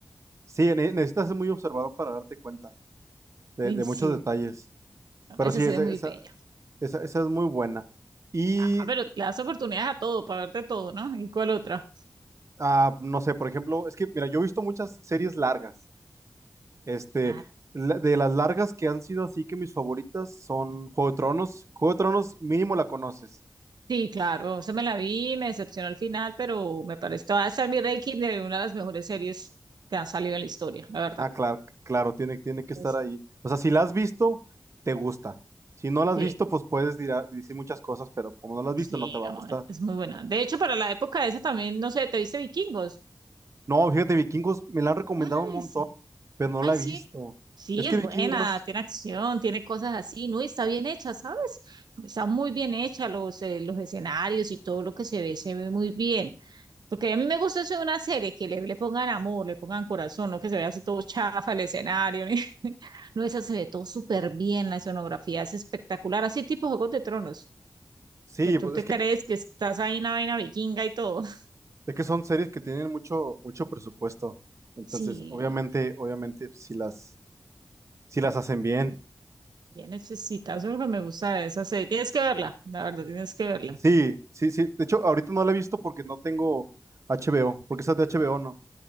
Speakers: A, on the right; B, on the right.
A: Sí, ne- necesitas ser muy observador para darte cuenta de,
B: Ay,
A: de
B: sí,
A: muchos detalles.
B: no,
A: Pero
B: esa
A: sí,
B: serie
A: esa,
B: es muy
A: esa,
B: bella.
A: esa, esa es muy buena. Y
B: Ah, pero le das oportunidades a todo, para verte todo, ¿no? ¿Y cuál otra?
A: ah, no sé, por ejemplo, es que, mira, yo he visto muchas series largas. Este,
B: Ah,
A: la- de las largas que han sido así que mis favoritas son Juego de Tronos. Juego de Tronos, mínimo la conoces.
B: sí, claro, eso me la vi, me decepcionó al final, pero me parece que va a ser mi ranking de una de las mejores series que han salido en la historia, la verdad.
A: Ah, claro, claro, tiene, tiene que estar
B: Ese-
A: ahí. O sea, si la has visto, te gusta. Si no la has
B: Sí,
A: visto, pues puedes dirá- decir muchas cosas, pero como no la has
B: sí,
A: visto, no te va a
B: no,
A: gustar.
B: es muy buena. De hecho, para la época esa también, no sé, ¿te viste Vikingos?
A: No, fíjate, Vikingos me la han recomendado
B: No la
A: un montón,
B: viste.
A: pero no
B: Ay,
A: la
B: sí.
A: he visto.
B: Sí,
A: Es que
B: es
A: Vikingos,
B: buena, tiene acción, tiene cosas así, ¿no? Y está bien hecha, ¿sabes? Está muy bien hecha, los, eh, los escenarios y todo lo que se ve, se ve muy bien. Porque a mí me gusta eso de una serie, que le, le pongan amor, le pongan corazón, no que se vea así todo chafa el escenario. <laughs> No, esa se ve todo súper bien, la escenografía es espectacular, así tipo Juegos de Tronos,
A: sí,
B: que tú
A: pues
B: te
A: es que,
B: crees que estás ahí en una vaina vikinga y todo. <laughs>
A: es que son series que tienen mucho, mucho presupuesto. Entonces,
B: Sí,
A: obviamente, obviamente, si las, si las hacen bien.
B: bien necesitas, eso es lo que me gusta de esa serie. Tienes que verla, la verdad, tienes que verla.
A: Sí, sí, sí. De hecho, ahorita no la he visto porque no tengo HBO, porque esa es de HBO, ¿no?